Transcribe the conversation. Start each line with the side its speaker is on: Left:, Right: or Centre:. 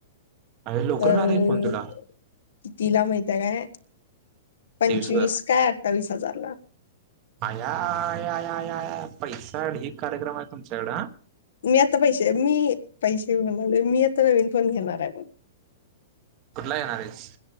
Right: अरे लवकर
Left: अं
Right: मिळाला की फोन तुला
Left: तिला माहित हाय काय पंचवीस
Right: तेवीस हजार
Left: काय अठ्ठावीस हजार.
Right: आया, या, या, या पैसा ढीग कार्यक्रम आहे तुमच्याकड.
Left: मी आता पैसे मी पैसे म्हणाले, मी आता नवीन फोन घेणार हाय.
Right: कुठला घेणार आहेस.